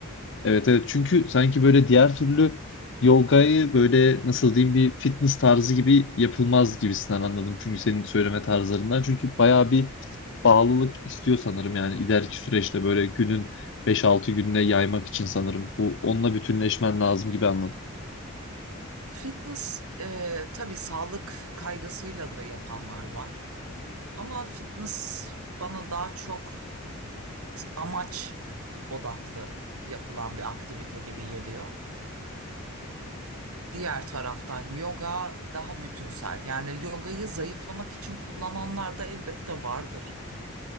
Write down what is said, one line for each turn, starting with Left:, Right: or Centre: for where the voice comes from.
Left: Evet evet çünkü sanki böyle diğer türlü yogayı böyle nasıl diyeyim bir fitness tarzı gibi yapılmaz gibisinden anladım. Çünkü senin söyleme tarzlarından. Çünkü bayağı bir bağlılık istiyor sanırım yani ileriki süreçte böyle günün beş altı gününe yaymak için sanırım. Bu onunla bütünleşmen lazım gibi anladım.
Right: Fitness e, tabii sağlık kaygısıyla da yapanlar var. Ama fitness bana daha çok amaç odaklı yapılan bir aktivite gibi geliyor. Diğer taraftan yoga daha bütünsel. Yani yogayı zayıflamak için kullananlar da elbette vardır.